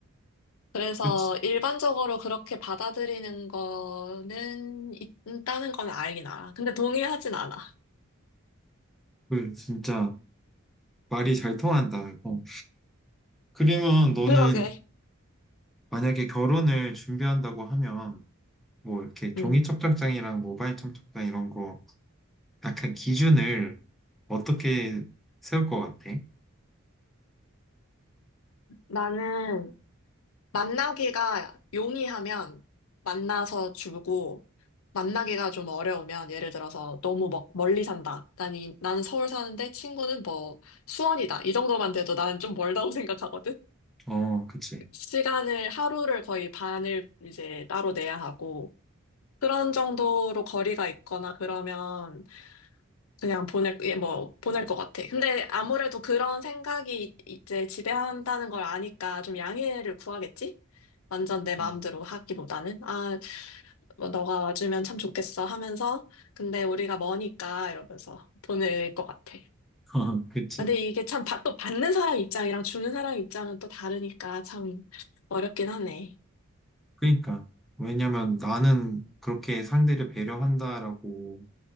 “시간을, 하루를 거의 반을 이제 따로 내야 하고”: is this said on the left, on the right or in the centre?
Left